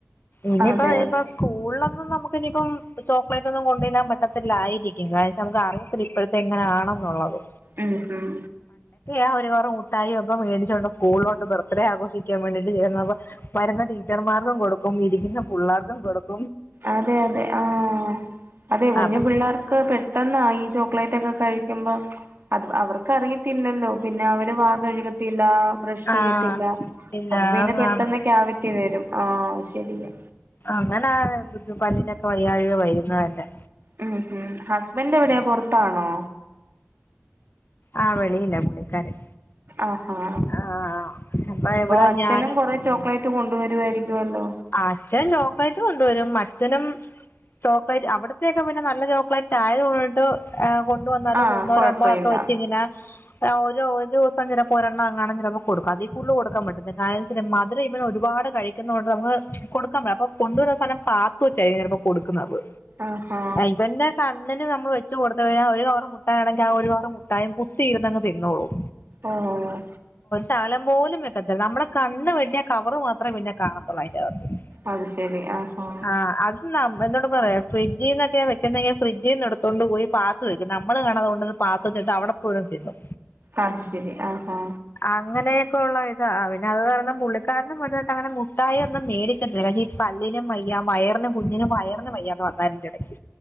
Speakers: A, on the left (about 55°); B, on the right (about 55°).
A: ഇനിയിപ്പ
B: അതെ
A: പഴയുമ്പ
B: അതെ
A: സ്കൂളിലൊന്നും നമ്മ നമ്മക്കിനി കും ചോക്ലേറ്റ് ഒന്നും കൊണ്ട് ചെല്ലാൻ പറ്റ ല്ല ആയിരിക് എന്നുവെച്ചാ നമുക്ക് അറിയത്തില്ല ഇപ്പൊഴത്തെ എങ്ങനാണ് എന്നൊള്ളത്
B: ഉം ഉം
A: ആ ഒരു കവറ് മുട്ടായി ഒക്കെ മേടിച്ചുകോണ്ട് സ്കൂളിലോട്ട് ബർത്ത്ഡേ ആഘോഷിക്കാൻ വേണ്ടിട്ട് ചെന്നപ്പ വരുന്ന ടീച്ചർമാർക്കും കൊടുക്കും ഇരിക്കുന്ന പുള്ളാർക്കും കൊടുക്കും
B: അതെ അതെ ആഹ അതെ കുഞ്ഞു
A: അതൊക്കെ
B: പിള്ളേർക്ക് പെട്ടെന്നാ ഈ ചോക്ലേറ്റ് ഒക്കെ കഴിക്കുമ്പോ അത് അവർക്കറിയത്തില്ലല്ലോ പിന്നെ അവര് വാ കഴുകത്തില്ല ബ്രഷ് ചെയ്യത്തില്ല
A: ആഹ് ഇല്ല
B: അപ്പൊ
A: അതാണ്
B: പിന്നെ പെട്ടെന്ന് ക്യാവിറ്റി വരും ആഹ ശരിയാ
A: അങ്ങന ബുദ്ധുപാലിനെക് വയ്യാഴ്യ വരുന്ന തന്നെ
B: ഉം ഹും ഹസ്ബൻഡ് എവിടെയാ പൊറത്താണോ
A: ആഹ വെളിയില പുള്ളിക്കാരൻ
B: ആഹാ
A: ആ അപ്പൊ ഇവിടെ
B: അച്ഛനും
A: ഞാനും
B: കൊറെ ചോക്ലേറ്റ് കൊണ്ടുവരുവായിരിക്കുവല്ലോ
A: അച്ഛൻ ചോക്ലേറ്റ് കൊണ്ടുവരും മറ്റ് അച്ഛനും ചോക്ലേറ്റ് അവിടത്തൊക്കെ പിന്നെ നല്ല ചോക്ലേറ്റ് ആയത്കൊണ്ട് എ കൊണ്ടു വന്നാലും
B: ആഹ്
A: ഒന്നോ
B: കൊഴപ്പ
A: രണ്ടോ ഒക്കെ
B: ഇല്ല
A: വച് ചിങ്ങന ഒര് ഒരു ദിവസം ചിലപ്പോ ഒരെണ്ണംങ്ങാണം ചിലപ്പോ കൊടുക്കും അതി കൂടുതല് കൊടുക്കാൻ പറ്റത്തില്ല കാര മധുരം ഇവന് ഒരുപാട് കഴിക്കുന്ന കൊണ്ട് നമുക്ക് കൊടുക്കാൻ പറ്റും അപ്പൊ കൊണ്ടുവരുന്ന സാനം പാത്തു വെച്ചായിരിക്കും ചിലപ്പോ കൊടുക്കുന്നത്
B: ആഹാ
A: ഇവന്നെ ക ഇന്നനു നമ്മൾ വെച്ച് കൊടുത്തുകഴിഞ്ഞാൽ ഒരുകവർ മുട്ടായാണെങ്കിൽ ആ ഒരു കവർ മു ട്ടായിം കുത്തിയിരുന്നങ്ങ് തിന്നോളും.
B: ആഹ്
A: കാലം പോലും വെക്കത്തില്ല നമ്മുടെ കണ്ണ് വെട്ടിയാ കവറ് മാത്രേ പിന്നെ കാണത്തുള്ളൂ അയ്ന്റെ അകത്ത്
B: അത് ശരി ആഹാ
A: ആ അത് ഞമ്മഎന്ത പറയാ ഫ്രിഡ്ജിൽ നിന്നൊക്കെ വെക്കെങ്കിൽ ഫ്രിഡ്ജീന്ന് എടുത്തോണ്ട് പോയി പാത്ത് വെക്കും നമ്മള് കാണ അതോണ്ട് അവിടെ പോഴിതിന്നും
B: അത് ശരി ആഹാ
A: അങ്ങനെയൊക്കെ ഉള്ള ഇതാ പിന്നത് കാരണം പുള്ളിക്കാരനും വലുതായിട്ടങ്ങനെ അങ്ങനെ മുട്ടായൊ ന്ന മേടി <unintelligible> പല്ലിനും വയ്യ വയറിനും കുഞ്ഞിനും മയ ഒന്നിനുംവയ്യാ പർഞ്ഞാ ഇതിന്റെടയ്ക്ക്